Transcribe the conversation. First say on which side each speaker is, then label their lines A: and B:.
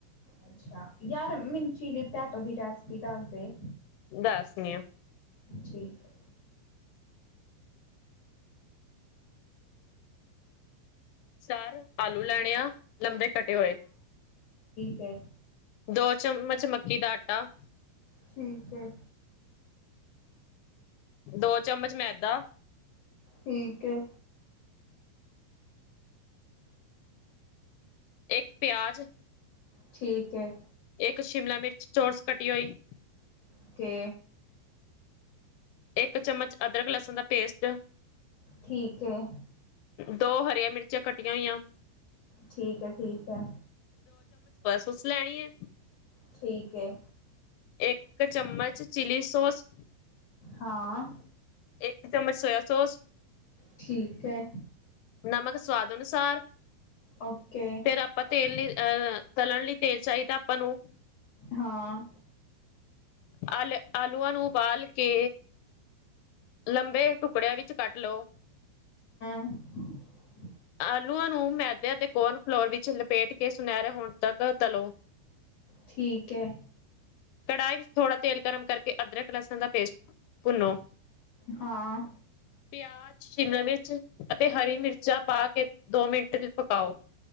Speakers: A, on the left; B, on the left.
A: ਅੱਛਾ। ਯਾਰ ਮਿਨ ਚੀਲੀ ਪਟੈਟੋ ਦੀ ਰੈਸਿਪੀ ਦੱਸ ਦੇ
B: ਦੱਸਨੀ ਆਂ।
A: ਠੀਕ ਐ।
B: ਚਾਰ ਆਲੂ ਲੈਣੇ ਆ। ਲੰਬੇ ਕੱਟੇ ਹੋਏ
A: ਕੇ
B: ਦੋ ਚਮਚ ਮੱਕੀ ਦਾ ਆਟਾ।
A: ਠੀਕ ਐ।
B: ਦੋ ਚਮਚ ਮੈਦਾ
A: ਠੀਕ ਐ।
B: ਇੱਕ ਪਿਆਜ਼।
A: ਠੀਕ ਐ।
B: ਇੱਕ ਸ਼ਿਮਲਾ ਮਿਰਚ ਚੋਰਸ ਕਟੀ ਹੋਈ।
A: ਓਕੇ।
B: ਇੱਕ ਚਮਚ ਅਦਰਕ ਲਸਣ ਦਾ ਪੇਸਟ।
A: ਠੀਕ ਹੈ
B: ਦੋ ਹਰੀਆਂ ਮਿਰਚਾਂ ਕੱਟੀਆਂ ਹੋਈਆਂ।
A: ਠੀਕ ਐ, ਠੀਕ ਐ।
B: ਤੁਸੀ ਲੈਣੀ ਐ,
A: ਠੀਕ ਹੈ
B: ਇਕ ਚਮਚ ਚਿੱਲੀ ਸੋਸ
A: ਹਾਂ।
B: ਇਕ ਚਮਚ ਸੋਇਆ ਸੋਸ
A: ਠੀਕ ਐ।
B: ਨਮਕ ਸਵਾਦ ਅਨੁਸਾਰ
A: ਓਕੇ
B: ਫੇਰ ਆਪਾਂ ਤੇਲ ਲੇ ਅ ਤਲਣ ਲਈ ਤੇਲ ਚਾਹੀਦਾ ਆਪਾਂ ਨੂੰ
A: ਹਾਂ।
B: ਆਲੇ ਆਲੂਆਂ ਨੂੰ ਉਬਾਲ ਕੇ ਲੰਬੇ ਟੁਕੜਿਆਂ ਵਿੱਚ ਕੱਟ ਲੋ।
A: <inaudible>
B: ਆਲੂਆਂ ਨੂੰ ਮੈਦੇ ਅਤੇ ਕੋਰਨ ਫਲੋਰ ਵਿੱਚ ਲਪੇਟ ਕੇ ਸੁਨਹਿਰੇ ਹੋਣ ਤੱਕ ਤਲੋ।
A: ਠੀਕ ਐ।
B: ਕੜਾਹੀ ਵਿੱਚ ਥੋੜ੍ਹਾ ਤੇਲ ਗਰਮ ਕਰਕੇ ਅਦਰਕ ਲਸਣ ਦਾ ਪੇਸਟ ਭੁੰਨੋ।
A: ਹਾਂ।
B: ਪਿਆਜ਼, ਸ਼ਿਮਲਾਮਿਰਚ ਅਤੇ ਹਰੀ ਮਿਰਚਾਂ ਪਾ ਕੇ ਦੋ ਮਿੰਟ ਚ ਪਕਾਓ।